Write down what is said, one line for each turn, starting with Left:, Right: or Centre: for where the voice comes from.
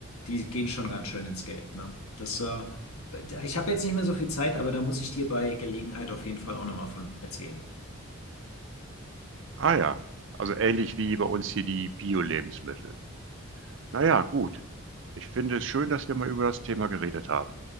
Left: die gehen schon ganz schön ins Geld, ne? Das, äh, da- ich habe jetzt nicht mehr so viel Zeit, aber da muss ich dir bei Gelegenheit auf jeden Fall auch nochmal von erzählen.
Right: Ah ja, also ähnlich wie bei uns hier die Bio-Lebensmittel. Naja, gut. Ich finde es schön, dass wir mal über das Thema geredet haben.